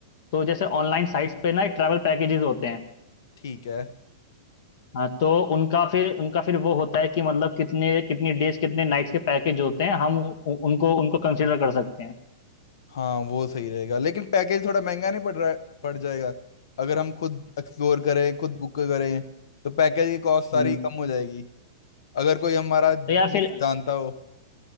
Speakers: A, on the left; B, on the left.
A: तो जैसे ऑनलाइन साइट्स पे ना ट्रैवल पैकेजेस होते हैं
B: ठीक है
A: हाँ तो उनका फिर उनका फिर वो होता है कि मतलब कितने कितनी डेज कितने नाइट्स के पैकेज होते हैं हम उ- उनको उनको कंसिडर कर सकते हैं
B: हाँ वो सही रहेगा लेकिन पैकेज थोड़ा महंगा नहीं पड़ रहा पड़ जाएगा अगर हम खुद एक्सप्लोर करें खुद बुक करें तो पैकेज की कॉस्ट सारी
A: हम्म
B: कम हो जाएगी अगर कोई हमारा दोस्त
A: तो यार फिर
B: जानता हो